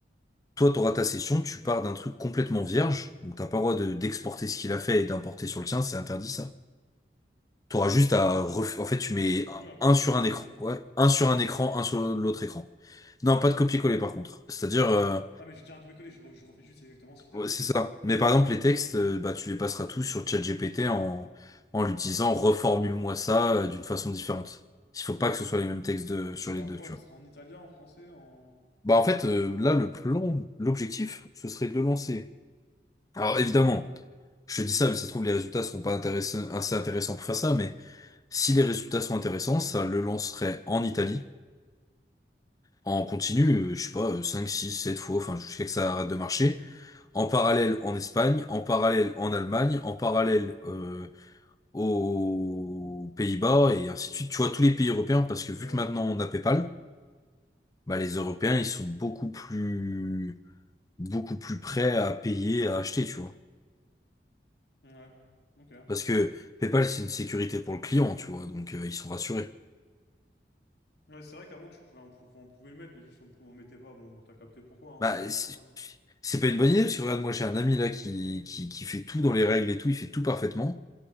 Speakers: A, on the left; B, on the left.
A: Toi, t'auras ta session, tu pars d'un truc complètement vierge, donc t'as pas le droit de- d'exporter ce qu'il a fait et d'importer sur le tien, c'est interdit ça. T'auras juste à ref... en fait, tu mets un,
B: Oui, un copier-coller,
A: un sur un
B: quoi,
A: écran,
B: gros.
A: ouais, un sur un écran, un sur l'autre écran. Non, pas de copier-coller par contre. C'est-à-dire, euh,
B: Non, mais je dis un copier-coller, je, re- je refais juste exactement ce qu'il
A: Ouais,
B: a fait,
A: c'est
B: gros.
A: ça. Mais par exemple, les textes, euh, bah, tu les passeras tous sur ChatGPT en, en l'utilisant, reformule-moi ça euh, d'une façon différente. Il faut pas que ce soit les mêmes textes de, sur
B: Ça sera
A: les deux,
B: en quoi?
A: tu
B: Ça
A: vois.
B: sera en italien, en français, en...
A: Bah, en fait, euh, là, le plan, l'objectif, ce serait de le lancer. Alors, évidemment, je te dis ça, mais ça se trouve, les résultats seront pas intéressants, assez intéressants pour faire ça, mais si les résultats sont intéressants, ça le lancerait en Italie, en continu, euh, je sais pas, euh, 5, 6, 7 fois, enfin, jusqu'à que ça arrête de marcher. En parallèle en Espagne, en parallèle en Allemagne, en parallèle euh, aux Pays-Bas et ainsi de suite. Tu vois, tous les pays européens, parce que vu
B: Ouais.
A: que maintenant on a PayPal, bah, les Européens, ils sont beaucoup plus, beaucoup plus prêts à payer, à acheter, tu vois.
B: Ouais. Ok.
A: Parce que PayPal, c'est une sécurité pour le client, tu vois, donc euh, ils sont rassurés.
B: Ouais, c'est vrai qu'avant, tu pouvais, on pouvait, on pouvait le mettre, mais juste, on, on le mettait pas. Bon, bon, t'as capté pourquoi, hein,
A: Bah,
B: parce que, bon,
A: c'est
B: voilà.
A: c'est pas une bonne idée, parce que regarde, moi j'ai un ami là qui, qui, qui fait tout dans les règles et tout, il fait tout parfaitement.